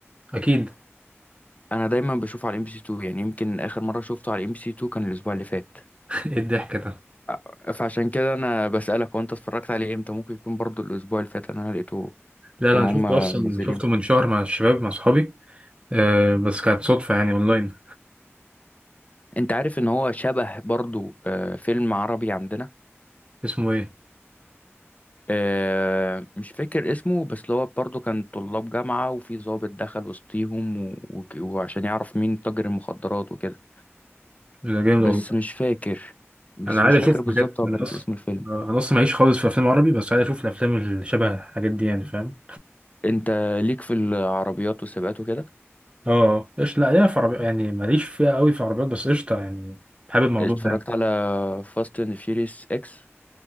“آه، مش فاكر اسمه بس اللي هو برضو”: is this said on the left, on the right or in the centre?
Left